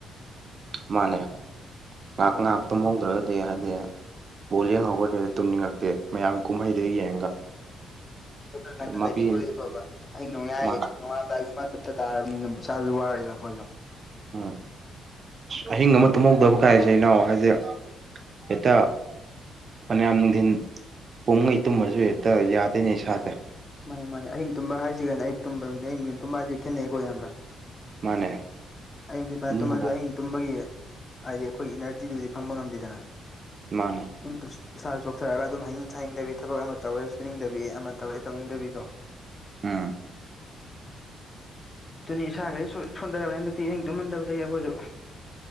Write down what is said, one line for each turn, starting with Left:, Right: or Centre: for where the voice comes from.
Right: ꯃꯥꯅꯦ ꯉꯥꯏꯍꯥꯛ
Left: ꯎꯝ
Right: ꯉꯥꯏꯍꯥꯛꯇ ꯃꯣꯡꯗ꯭ꯔꯒ ꯑꯗꯨ ꯍꯥꯏꯗꯤ ꯕꯣ ꯂꯡꯍꯧꯕ ꯂꯩꯔ ꯇꯨꯝꯅꯤꯡꯉꯛꯇꯦ ꯃꯌꯥꯝ ꯀꯨꯝꯍꯩꯗꯨ ꯌꯦꯡꯉꯒ
Left: ꯗꯁꯨ ꯈꯔ ꯉꯟꯅ
Right: ꯃꯥꯄꯤ
Left: ꯂꯩꯕꯤꯕ ꯑꫭꯏꯗꯤ ꯐꯕ ꯑꯍꯤꯡ ꯅꯣꯡꯌꯥꯏ
Right: ꯃꯥꯅ
Left: ꯅꯣꯡꯉꯥꯝꯗꯥꯏꯒꯨꯝꯕ ꯐꯠꯇ ꯇꯥꯔꯕꯅꯤꯅꯁꯥꯁꯨ ꯋꯥꯔꯦꯅ ꯅꯈꯣꯏꯁꯨ
Right: ꯎꯝ ꯑ ꯑꯍꯤꯡ ꯑꯃ ꯇꯨꯝꯍꯧꯗꯕ ꯀꯥꯏꯁꯦ ꯏꯅꯥꯎ ꯍꯥꯏꯁꯦ ꯍꯦꯛꯇ ꯃꯅꯌꯥꯝ ꯅꯨꯡꯊꯤꯟ ꯄꯨꯡꯈꯩ ꯇꯨꯝꯃꯁꯨ ꯍꯦꯛꯇ ꯌꯥꯗꯣꯏꯅꯦ ꯏꯁꯥꯁꯦ
Left: ꯃꯥꯅꯦ ꯃꯥꯅꯦ ꯑꯍꯤꯡ ꯇꯨꯝꯕ ꯍꯥꯏꯁꯤꯒꯦꯅꯤ ꯑꯌꯨꯛꯨꯝꯕ ꯑꯛ ꯇꯨꯝꯕ ꯍꯥꯏꯁꯦ ꯈꯦꯠꯅꯩꯀꯣ ꯏꯌꯥꯝꯕ
Right: ꯃꯥꯅꯦ
Left: ꯑꯌꯧꯛ ꯊꯤꯟ ꯄꯔ
Right: ꯑꯗꯨꯅꯕꯨ
Left: ꯇꯨꯝꯃꯁꯨ ꯑꯍꯤꯡ ꯇꯨꯝꯕꯒꯤ ꯍꯥꯏꯗꯤ ꯑꯩꯈꯣꯏꯒꯤ ꯏꯅꯔꯖꯤꯗꯨꯗꯤ ꯐꯪꯕ ꯉꯝꯗꯦꯗꯅ
Right: ꯃꯥꯅꯦ
Left: ꯑꯗꯨꯝ ꯇꯨꯝ ꯏꯁꯥꯗ ꯆꯣꯛꯊꯔꯒ ꯑꯗꯨꯝ ꯍꯩꯅꯤꯡ ꯁꯥꯏꯅꯤꯡꯗꯕꯤ ꯊꯕꯛ ꯑꯃ ꯇꯧꯔꯦ ꯁꯨꯅꯤꯡꯗꯕꯤ ꯑꯃ ꯇꯧꯔꯦ ꯇꯧꯅꯤꯡꯗꯕꯤꯗꯣ
Right: ꯑꯝ
Left: ꯗꯨꯅꯤ ꯏꯁꯥꯒꯥꯏꯗꯤ ꯁꫭꯟ ꯁꯣꯟꯗꯔꯕꯅꯤ ꯍꯟꯗꯛꯇꯤ ꯑꯍꯤꯡ ꯇꯨꯝꯃꯟꯗꯕꯗꯒꯤ ꯑꯩꯈꯣꯏꯁꯨ